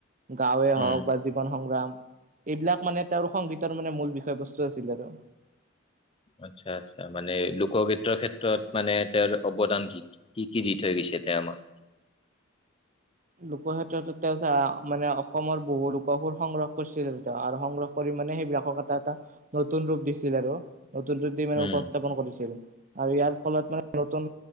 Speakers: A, on the right (about 40°); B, on the left (about 30°).
A: গাঁৱে
B: উম
A: হওঁক বা জীৱন সংগ্ৰাম। এইবিলাক মানে তেওঁৰ সংগীতৰ মানে মূল বিষয়বস্তু আছিলে আৰু।
B: আচ্ছা আচ্ছা মানে লোকগীতৰ ক্ষেত্ৰত মানে তেওঁৰ অৱদান কি কি দি থৈ গৈছে। তেতিয়া আমাক?
A: লোকৰ ক্ষেত্ৰত তেওঁ মানে অসমৰ বহু লোককো সংগ্ৰহ কৰিছিল। তেওঁ আৰু সংগ্ৰহ কৰি মানে সেইবিলাকক এটা এটা নতুন ৰূপ দিছিল, আৰু নতুন ৰূপ দি মানে
B: উম
A: উপস্থাপন কৰিছিল। আৰু ইয়াৰ ফলত মানে নতুন